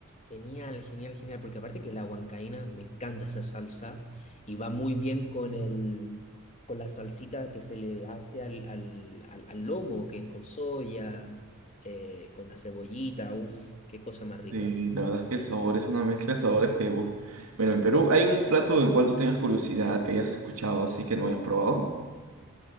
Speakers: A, on the left; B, on the right.
A: genial, genial, genial, porque aparte que la huancaína, me encanta esa salsa y va muy bien con el, con la salsita que se le hace al, al, al- al lomo, que es con soya, eh, con la cebollita, uff, qué cosa más rica.
B: Sí, la verdad es que el sabor es una mezcla de sabores que, uf. Bueno, en Perú, ¿hay un plato en cual tú tengas curiosidad, que hayas escuchado, así que no hayas probado?